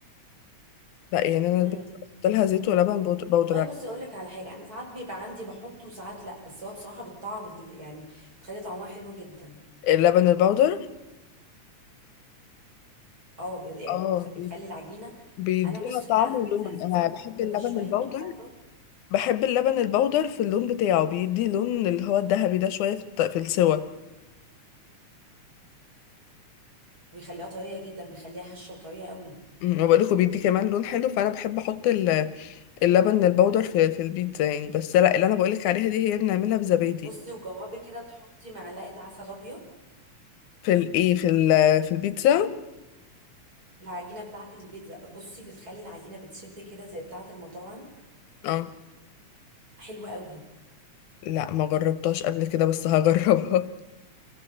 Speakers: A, on the left (about 80°); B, on the right (about 30°).
A: لا يعني انا
B: امم
A: البيتزا بحط لها زيت ولبن بود- بودرة
B: والله بصي اقول لك على حاجه انا ساعات بيبقى عندي بحطه وساعات لا بس هو بصراحه بالطعم ال- يعني بتخلي طعمها حلو جدا
A: اللبن البودر
B: اه بي- يعني
A: اه
B: بتخ- بتخلي
A: بي-
B: العجينه
A: بيديها
B: انا بص بتاعه
A: طعم
B: البيتزا
A: ولون
B: اساسا
A: انا
B: بحط
A: بحب اللبن
B: لها شويه
A: البودر
B: توم اخضر
A: بحب اللبن البودر في اللون بتاعه بيدي لون اللي هو الذهبي ده شوية في الت- في السوا
B: وبيخليها طريه جدا بيخليها هشه وطريه قوي
A: أمم، وبقول لكم بيدي كمان لون حلو فانا بحب احط ال- اللبن البودر في في البيتزا يعني بس لا اللي انا بقولك عليها دي هي بنعملها بزبادي
B: بصي وجوابي كده تحطي معلقه عسل ابيض
A: في الايه في ال في البيتزا
B: في العجينه بتاعه البيتزا بصي بتخلي العجينه بتشد كده زي بتاعه المطاعم
A: اه
B: حلوه قوي
A: لا ما جربتهاش قبل كده بس هجربها